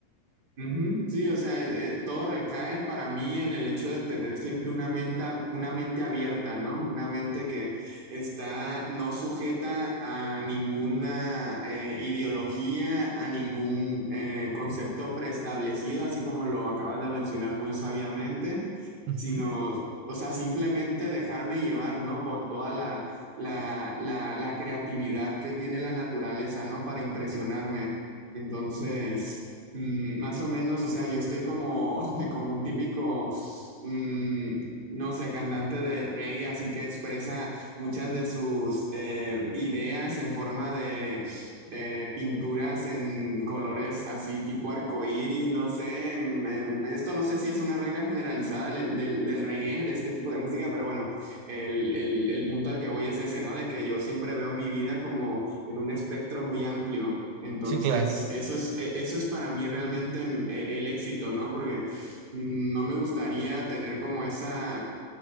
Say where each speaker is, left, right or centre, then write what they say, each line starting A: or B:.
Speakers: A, on the right; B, on the right.
A: Ujú, Sí, o sea, eh, todo recae para mí en el hecho de tener siempre una mente, una mente abierta, ¿no? Una mente que está no sujeta a ninguna eh, ideología, a ningún eh, concepto preestablecido, así como lo acabas de mencionar muy sabiamente,
B: Ujú.
A: sino, o sea, simplemente dejarme llevar, ¿no? Por toda la, la, la, la creatividad que tiene la naturaleza, ¿no? Para impresionarme. Entonces... Mm, más o menos, o sea, yo estoy como, <laughs> como un típico, mm, no sé, cantante de reggae, así que expresa muchas de sus eh, ideas en forma de eh, pinturas en colores así tipo arcoíris, no sé, em, em, esto no sé si es una regla generalizada del, del, del reggae, de este tipo de música, pero bueno, el, el, el punto al que voy es ese, ¿no? De que yo siempre veo mi vida como en un espectro muy amplio. Entonces,
B: Sí, claro,
A: eso es, e- eso es para mí realmente mm, e- el éxito, ¿no? Porque mm, no me gustaría tener como esa